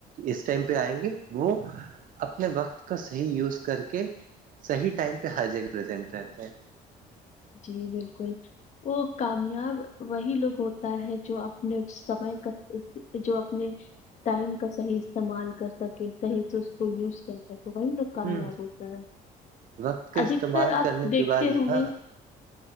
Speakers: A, on the right; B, on the left.
A: اس ٹائم پہ آئیں گے وہ اپنے وقت کا صحیح یوز کر کے صحیح ٹائم پہ ہر جگہ پرزینٹ رہتے ہیں
B: جی بالکل وہ کامیاب وہی لوگ ہوتا ہے جو اپنے سمے کا جو اپنے ٹائم کا صحیح استعمال کر سکے صحیح سے اس کو یوز کر سکے وہی لوگ کامیاب
A: ہ
B: ہوتا ہے
A: وقت کا استعمال
B: ادھکتر آپ
A: کرنے
B: دیکھتے
A: کے بعد
B: ہوں
A: ہاں
B: گے